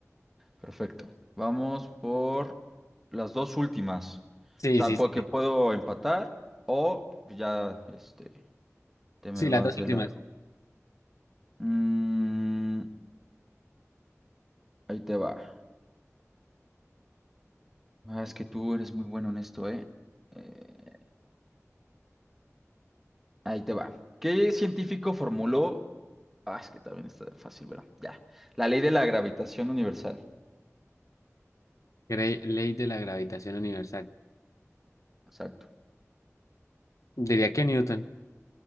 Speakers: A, in the centre; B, on the left (about 85°).
A: Perfecto. Vamos por las dos últimas.
B: Sí,
A: O sea,
B: sí,
A: porque
B: sí, sí.
A: puedo empatar o ya este, te me
B: Sí,
A: vas
B: las dos
A: de
B: últimas.
A: largo. Mm, ahí te va. Ah, es que tú eres muy bueno en esto, ¿eh? Eh, ahí te va. ¿Qué científico formuló? Ah, es que también está fácil, ¿verdad? Ya. La ley de la gravitación universal.
B: Cre- Ley de la gravitación universal.
A: Exacto.
B: Diría que Newton.